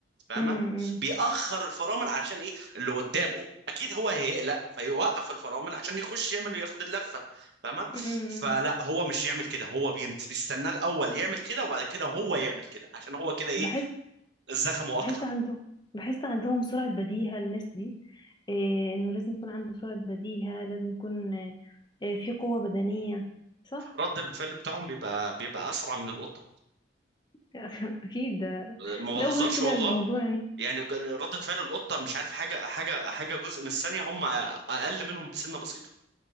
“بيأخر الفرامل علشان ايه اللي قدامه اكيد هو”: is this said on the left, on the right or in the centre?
Right